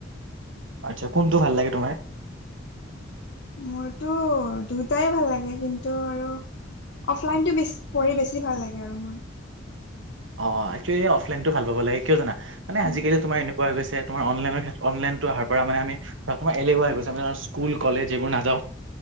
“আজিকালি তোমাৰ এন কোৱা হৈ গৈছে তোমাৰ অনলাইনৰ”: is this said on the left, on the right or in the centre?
Right